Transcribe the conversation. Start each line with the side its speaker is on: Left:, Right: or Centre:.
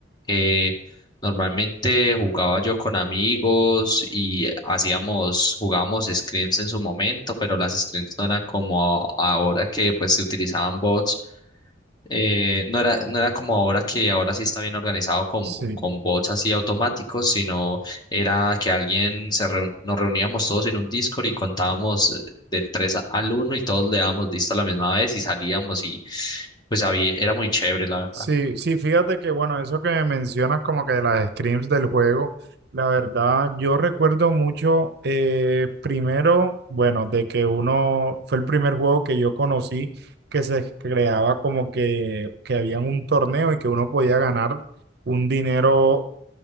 Left: Eh, normalmente jugaba yo con amigos y hacíamos, jugábamos scrims en su momento, pero las scrims no eran como ahora que pues se utilizaban bots eh, no era, no era como ahora que ahora sí está bien organizado con,
Right: Sí.
Left: con bots así automáticos, sino era que alguien se reu- nos reuníamos todos en un Discord y contábamos eh, del 3 a- al uno y todos le dábamos lista a la misma vez y salíamos y pues había, era muy chévere, la verdad.
Right: Sí, sí, fíjate que bueno, eso que me mencionas como que de las scrims del juego, la verdad yo recuerdo mucho, eh, primero, bueno, de que uno fue el primer juego que yo conocí que se creaba como que, que había un torneo y que uno podía ganar un dinero